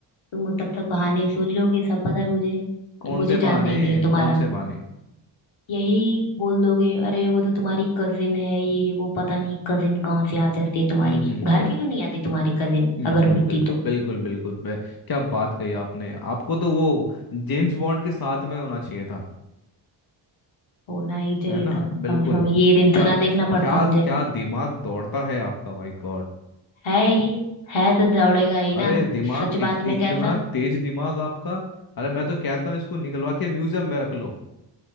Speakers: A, on the left; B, on the left.
A: तुम तब तक बहाने ही सोच लोगे सब पता है मुझे
B: कौन
A: तो मुझे
B: से
A: जानना
B: बहाने
A: ही नहीं है तुम्हारा
B: कौन से बहाने
A: यही बोल दोगे अरे वो तो तुम्हारी कजिन है ये वो पता नहीं कजिन कहाँ से आ जाती है तुम्हारी
B: हम्म हम्म
A: घर पे क्यों नहीं आती तुम्हारी कजिन
B: हम्म
A: अगर
B: हम्म
A: होती
B: बिल,
A: तो
B: बिल्कुल बिल्कुल बे- क्या बात कही आपने आपको तो वो जेम्स बॉन्ड के साथ में होना चाहिए था
A: होना ही चाहिए
B: है ना
A: था
B: बिल्कुल
A: कम से कम ये दिन
B: क्या
A: तो ना देखना पड़ता
B: क्या
A: मुझे
B: क्या दिमाग दौड़ता है आपका भाई गॉड
A: है ही है तो दौड़ेगा ही ना
B: अरे दिमाग
A: सच
B: इत,
A: बात में
B: इतना
A: कैसा
B: तेज दिमाग आपका अरे मैं तो कहता हूँ इसको निकलवा के म्यूजियम में रख लो